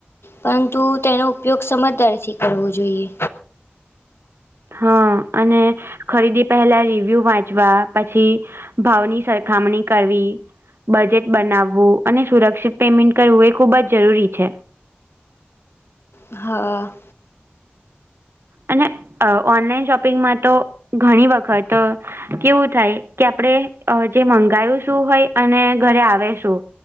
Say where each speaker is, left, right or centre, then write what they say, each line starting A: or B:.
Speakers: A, on the left (about 75°); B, on the right (about 70°).
A: પરંતુ તેનો ઉપયોગ સમજદારીથી કરવો જોઈએ.
B: હા અને ખરીદી પહેલા રિવ્યુ વાંચવા પછી ભાવની સરખામણી કરવી બજેટ બનાવવું અને સુરક્ષિત પેમેન્ટ કરવું એ ખૂબ જ જરૂરી છે.
A: હા.
B: અને અહ ઓનલાઈન શોપિંગમાં તો ઘણી વખત અહ કેવું થાય કે આપડે અહ જે મંગાયું શું હોય અને ઘરે આવે શું.